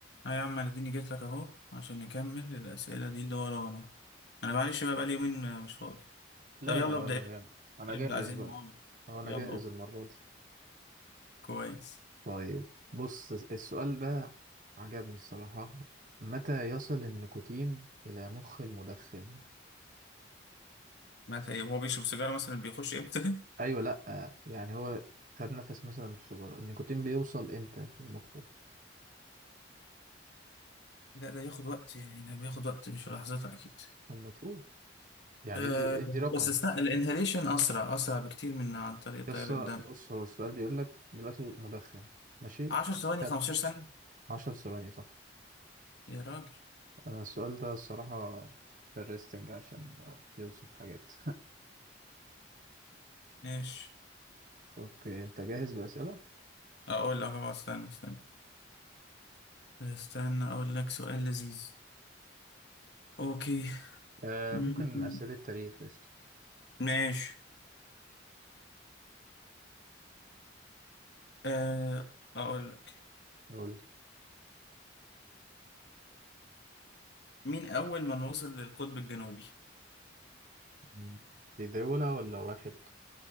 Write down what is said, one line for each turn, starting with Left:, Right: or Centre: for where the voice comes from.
Left: اه يا عم انا اديني جيت لك اهو عشان نكمل الاسئله دي اللي ورانا انا معلش بقى بقالي يومين آه، مش فاضي
Right: لا
Left: طب يلا
Right: لا
Left: ابدا
Right: ولا يهم انا
Left: ابدا
Right: جاهز
Left: عايزين
Right: بقى
Left: نعمل
Right: اه انا
Left: يلا
Right: جاهز
Left: أهو.
Right: المرة دي
Left: كويس
Right: طيب بص السؤال ده عجبني الصراحة متى يصل النيكوتين إلى مخ المدخن؟
Left: مات ايه وهو بيشرب سيجاره مثلا بيخش امتى <laughs>
Right: أيوة لأ يعني هو خد نفس مثلا من السجارة النيكوتين بيوصل إمتى لمخه؟
Left: لا ده ياخد وقت يعني ده بياخد وقت مش في لحظتها اكيد
Right: لما تقول يعني
Left: أه
Right: ادي ادي رقم
Left: بس استنى الانهاليشن اسرع اسرع بكتير من عن طريق
Right: بس
Left: تيار الدم
Right: بص هو السؤال بيقول لك دلوقتي مدخن ماشي؟
Left: 10 ثواني
Right: خد
Left: 15 ثانيه
Right: 10 ثواني صح
Left: يا راجل
Right: أنا السؤال ده الصراحة interesting عشان بيوصف حاجات
Left: ماشي
Right: اوكي انت جاهز بأسئلة
Left: اقول لك أهو، استنى استنى استنى اقول لك سؤال لذيذ اوكي
Right: آه
Left: م-
Right: ممكن
Left: م-
Right: أسئلة التاريخ قشطة
Left: ماشي أه أقول لك
Right: قول
Left: مين أول من وصل للقطب الجنوبي؟
Right: مم. لي مم. دي دولة ولا واحد